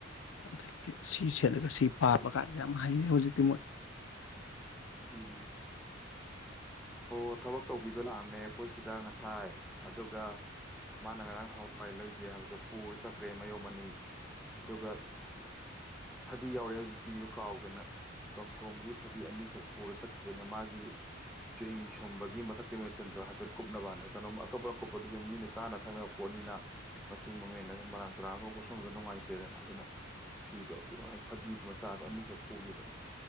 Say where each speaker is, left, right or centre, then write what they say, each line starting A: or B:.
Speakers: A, on the left; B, in the centre.
A: ꯑꯗꯒꯤ ꯁꯤ ꯁꯦꯠꯂꯒ ꯁꯤ ꯄꯥꯕ ꯀꯥꯟꯗ ꯌꯥꯝ ꯍꯩꯔꯦ ꯍꯧꯖꯤꯛꯇꯤ ꯃꯣꯏ
B: ꯎꯝ ꯑꯣ ꯊꯕ ꯇꯧꯕꯤꯗꯣ ꯂꯥꯛꯑꯝꯃꯦ ꯑꯩꯈꯣꯏꯁꯤꯗ ꯉꯁꯥꯏ ꯑꯗꯨꯒ ꯃꯥꯅ ꯉꯔꯥꯡ ꯍꯋꯥꯏ ꯂꯩꯒꯦ ꯍꯥꯏꯕꯗꯣ ꯄꯨꯔ ꯆꯠꯈ꯭ꯔꯦ ꯃꯌꯨꯝ ꯑꯅꯤ ꯑꯗꯨꯒ ꯐꯗꯤ ꯌꯥꯎꯔꯦ ꯍꯧꯖꯤꯛ ꯄꯤꯕ ꯀꯥꯎꯗꯅ ꯇꯣꯝꯇꯣꯝꯒꯤ ꯐꯗꯤ ꯑꯅꯤꯈꯛ ꯄꯨꯔ ꯆꯠꯈꯤꯕꯅꯤ ꯃꯥꯒꯤ ꯆꯨꯍꯤꯤꯡ ꯁꯣꯟꯕꯒꯤ ꯃꯊꯛꯇ ꯃꯦꯆꯤꯟꯗꯣ ꯍꯥꯏꯐꯦꯠ ꯀꯨꯞꯅꯕꯅ ꯀꯩꯅꯣꯝ ꯑꯇꯣꯞꯄ ꯑꯀꯨꯞꯞꯄꯗꯤ ꯁꯨꯝ ꯃꯤꯅ ꯆꯥꯅ ꯊꯛꯅꯕ ꯄꯣꯠꯅꯤꯅ ꯃꯆꯨ ꯃꯃꯦꯟꯅꯁꯨ ꯃꯔꯥꯡ ꯇꯨꯔꯥꯡ ꯑꯃ ꯀꯨꯞꯁꯣꯟꯕꯗ ꯅꯨꯡꯉꯥꯏꯇꯦꯗꯅ ꯑꯗꯨꯅ ꯐꯤꯗꯣ ꯄꯤꯔꯛꯑꯣ ꯐꯗꯤ ꯃꯆꯥꯗꯣ ꯑꯅꯤꯈꯛ ꯄꯨꯈꯤꯕꯅꯤ